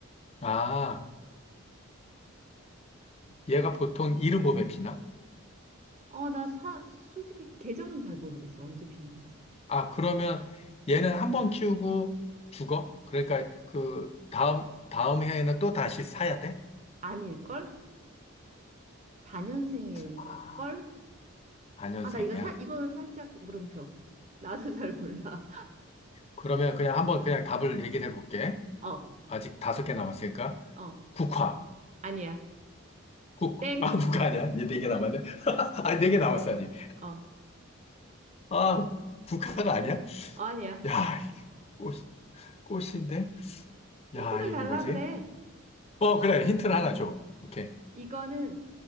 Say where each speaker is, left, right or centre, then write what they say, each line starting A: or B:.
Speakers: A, on the left (about 30°); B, on the right (about 30°).
A: 아, 얘가 보통 이른 봄에 피나?
B: 어, 나 사, 솔직히 계절은 잘 모르겠어. 언제 피는지.
A: 아, 그러면 얘는 한 번 키우고 죽어? 그러니까 그 다음 다음 해에는 또 다시 사야 돼?
B: 아닐걸? 다년생일걸?
A: 아, 안현생이야.
B: 아, 나 이거 사, 이거는 살짝 물음표. 나도 잘 몰라.
A: 그러면 그냥 한번 그냥 답을 얘기를 해볼게.
B: 어,
A: 아직 다섯 개 남았으니까
B: 어,
A: 국화.
B: 아니야.
A: 국,
B: 땡.
A: 아, 국화 아니야? 이제 네 개 남았네. <laughs> 아, 네 개 남았어, 아직.
B: 어, 어,
A: 아, 국화가 아니야?
B: 아니야.
A: 야, 꽃, 꽃인데?
B: 힌트를
A: 야, 이게
B: 달라
A: 뭐지?
B: 그래.
A: 어, 그래. 힌트를 하나 줘. 오케이.
B: 이거는